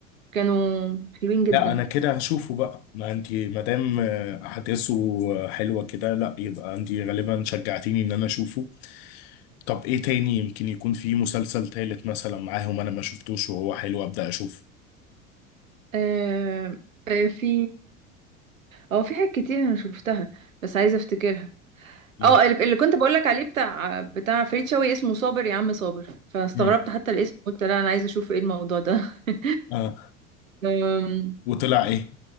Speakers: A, on the right; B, on the left.
A: كانوا حلوين جدا
B: لا انا كده هشوفه بقى ما انت ما دام آه، احداثه حلوه كده لا يبقى انت غالبا شجعتيني ان انا اشوفه طب ايه تاني يمكن يكون في مسلسل تالت مثلا معاهم انا ما شفتوش وهو حلو ابدا اشوفه
A: آه آه، في اه في حاجات كتير انا شفتها بس عايزه افتكرها
B: مم.
A: اه ال- اللي كنت بقولك عليه بتاع بتاع فريد شوقي اسمه صابر يا عم صابر فاستغربت
B: مم.
A: حتى الاسم قلت لا انا عايزه اشوف ايه الموضوع ده <laughs>
B: اه
A: أم،
B: وطلع ايه